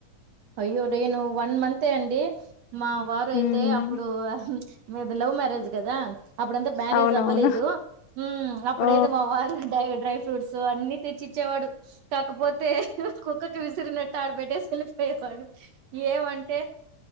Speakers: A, on the right (about 65°); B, on the left (about 80°).
A: అయ్యో డేను వన్ మంతే అండి మా వారు అయితే
B: ఉమ్
A: అప్పుడు ఆహ్ మీది లవ్ మ్యారేజ్ కదా అప్పుడంతా మ్యారేజ్
B: అవునవును
A: అవ్వలేదు ఊమ్ అప్పుడైతే
B: ఓ
A: మా వారు డై డ్రై ఫ్రూట్స్ అన్ని తె చి ఇచ్చేవాడు కాకపోతే కుక్కకి విసిరినట్టు ఆడబెట్టే ఎల్లి పేకాడు ఏమంటే